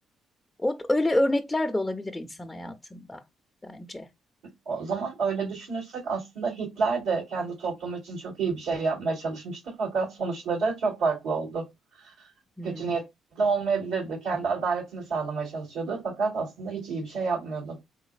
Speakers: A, on the left (about 20°); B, on the right (about 80°).
A: O öyle örnekler de olabilir insan hayatında bence.
B: O zaman öyle düşünürsek aslında Hitler de kendi toplumu için çok iyi bir şey yapmaya çalışmıştı. Fakat sonuçları çok farklı oldu.
A: Hı
B: Kötü niyetli
A: hı.
B: olmayabilirdi. Kendi adaletini sağlamaya çalışıyordu. Fakat aslında hiç iyi bir şey yapmıyordu